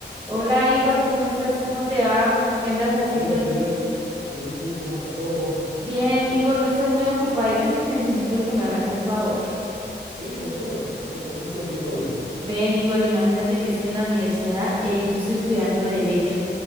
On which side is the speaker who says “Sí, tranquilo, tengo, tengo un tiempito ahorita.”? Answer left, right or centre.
Right